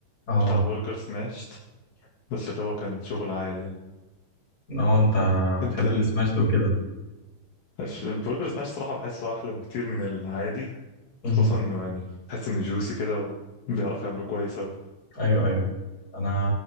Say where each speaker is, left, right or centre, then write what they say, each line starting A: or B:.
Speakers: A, on the left; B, on the left.
A: اه
B: بتاع برجر سماشت بس اللي هو كان شغل عالي يعني
A: اه انت
B: انت
A: بتحب السماش ده وكده
B: الش- البرجر سماشت صراحة بحسه أحلى بكتير من العادي
A: امم
B: خصوصا انه يعني بحس انه جوسي كده وبيعرف يعمله كويس أوي
A: ايوه ايوه أيوة. انا